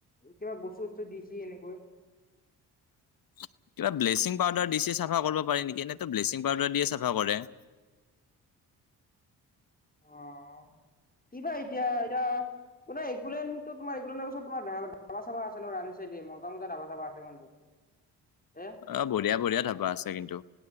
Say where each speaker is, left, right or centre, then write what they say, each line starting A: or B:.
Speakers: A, on the left (about 20°); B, on the left (about 55°).
A: কিবা বস্তু বস্তু দি ছি এনেকৈ
B: <inaudible> কিবা ব্লিচিং পাউদাৰ দিছে চাফা কৰিব পাৰি নেকি এনেইতো ব্লিচিং পাউদাৰ দিয়ে চাফা কৰে। <inaudible>
A: অ' কিবা এতিয়া এয়া কোনে একোলেন তোমাৰ একোলেন ওচৰত তোমাৰ ধাবা চাবা আছে নহয় ৰাণী চাইডে মজা মজা ধাবা চাবা আছে। এ
B: অ বঢ়িয়া বঢিয়া ধাবা আছে কিন্তু